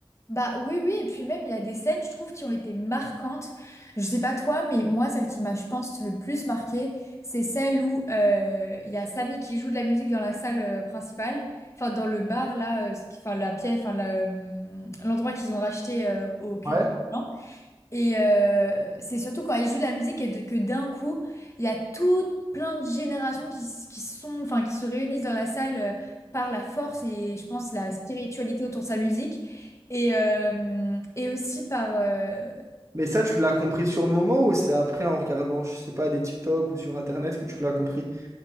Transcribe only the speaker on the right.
Ouais.
Mais ça, tu l'as compris sur le moment ou c'est après en regardant, je sais pas, des TikTok ou sur Internet que tu l'as compris?